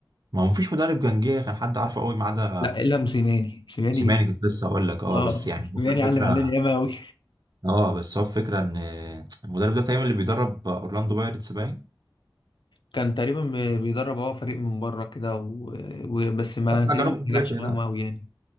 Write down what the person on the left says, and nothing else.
لا الا موسيماني موسيماني
اه
موسيماني
علم علينا ياما قوي
كان تقريبا ب- بيدرب هو فريق من بره كده و- وبس ما
تقريبا
ما
نجحش معاهم
قوي يعني